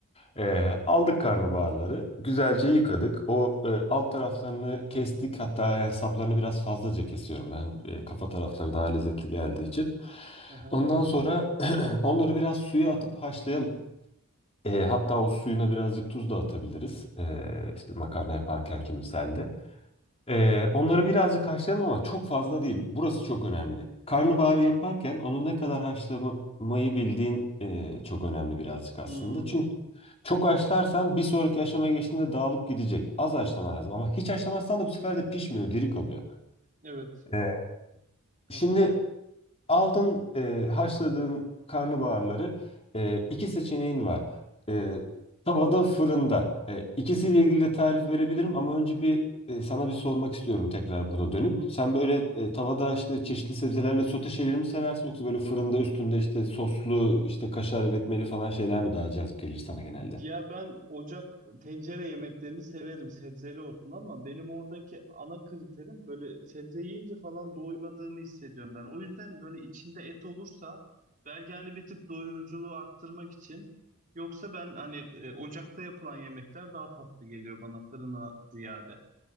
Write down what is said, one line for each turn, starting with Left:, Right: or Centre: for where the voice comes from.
Left: Eee, aldık karnabaharları, güzelce
Right: Aha.
Left: yıkadık. O e, alt taraflarını kestik. Hatta yani saplarını biraz fazlaca kesiyorum ben. e, kafa tarafları daha lezzetli geldiği için.
Right: Aha.
Left: Ondan sonra <clears throat> onları biraz suya atıp haşlayalım. E, hatta o suyuna birazcık tuz da atabiliriz. E, işte makarna yaparken ki misalde. E, onları birazcık haşlayalım ama çok fazla değil. Burası çok önemli. Karnabahar yaparken onu ne kadar haşlamayı bildiğin e, çok önemli birazcık aslında.
Right: Hmm.
Left: Çünkü çok haşlarsan bir sonraki aşamaya geçtiğinde dağılıp gidecek. Az haşlaman lazım ama hiç haşlamazsan da bu sefer de pişmiyor, diri kalıyor.
Right: Evet.
Left: E,
Right: Sıkıntı.
Left: Şimdi Aldın e, haşladığın karnabaharları e, iki seçeneğin var. E, tavada, fırında. E, ikisiyle ilgili de tarif verebilirim ama önce bir e, sana bir sormak istiyorum tekrar burada dönüp.
Right: Hı hı.
Left: Sen böyle e,
Right: Hı hı.
Left: tavada işte çeşitli sebzelerle sote şeyleri mi seversin yoksa böyle fırında üstünde işte soslu işte kaşar etmeli falan şeyler mi daha cazip gelir sana genelde?
Right: Ya ben ocak tencere yemeklerini severim sebzeli olsun ama benim oradaki ana kriterim böyle sebze yiyince falan doymadığımı hissediyorum ben. O yüzden böyle içinde et olursa belki hani bir tık doyuruculuğu arttırmak için yoksa ben hani e, ocakta yapılan yemekler daha tatlı geliyor bana fırına ziyade.